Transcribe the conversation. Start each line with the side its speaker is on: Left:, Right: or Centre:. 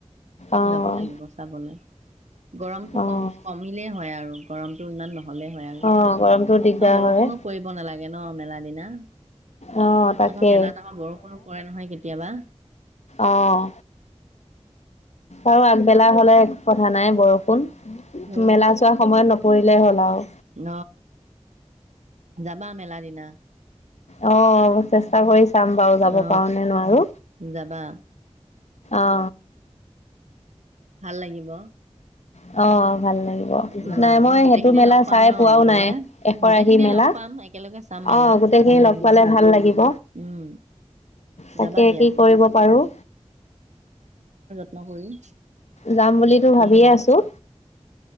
Left: অ',
Right: যাব লাগিব চাবলৈ গৰমতটো
Left: অ',
Right: কম কমিলে হয় আৰু গৰমটো ইমান নহয় নহলে হয় আৰু
Left: অ', গৰমটো দিগদাৰ
Right: আৰু বৰষুণো
Left: হয়।
Right: পৰিব নালাগে ন মেলা দিনা
Left: অ', তাকে
Right: আমাৰ মেলাত আমাৰ বৰষুণো পৰে নহয় কেতিয়াবা
Left: আহ আৰু আগবেলা হলে একো কথা নাই বৰষুণ
Right: অ
Left: মেলা চোৱা সময়ত নপৰিলেই হ'ল আৰু
Right: অ যাবা মেলা দিনা
Left: অ চেষ্টা কৰিছো চাম বাৰু যাব
Right: অ
Left: পাৰ নে নোৱাৰো
Right: যাবা
Left: অ
Right: ভাল লাগিব
Left: অ ভাল লাগিব,
Right: অ
Left: নাই
Right: আমি
Left: মই
Right: গোটেইখিনি
Left: সেইটো মেলা
Right: লগ পাম
Left: চাই
Right: ন
Left: পোৱাও
Right: গলে
Left: নাই এশৰাশি
Right: গোটেইখিনিয়ে
Left: মেলা।
Right: লগ পাম একেলগে চাম মেলা
Left: অ', গোটেইখিনি
Right: ভাল লাগিব
Left: লগ পালে ভাল লাগিব,
Right: উম
Left: তাকে
Right: যাবা দিয়া
Left: কি কৰিব পাৰোঁ।
Right: ন কৰি
Left: যাম বুলিতো
Right: কি
Left: ভাবিয়ে
Right: হয়
Left: আছোঁ।